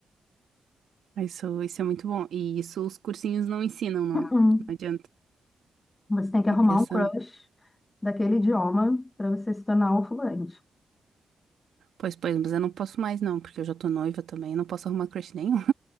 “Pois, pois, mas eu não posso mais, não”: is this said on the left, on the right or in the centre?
Right